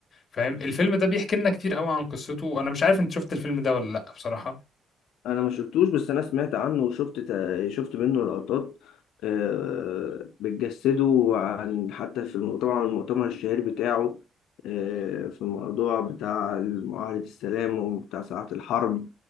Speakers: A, on the left; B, on the left.
A: فاهم الفيلم ده بيحكي لنا كتير قوي عن قصته انا مش عارف انت شفت الفيلم ده ولا لا بصراحة
B: انا ما شفتوش بس انا سمعت عنه وشفت تا- شفت منه لقطات آه، بتجسده عن حتى في الم- طبعا المؤتمر الشهير بتاعه آه، في الموضوع بتاع معاهدة السلام وبتاع ساعة الحرب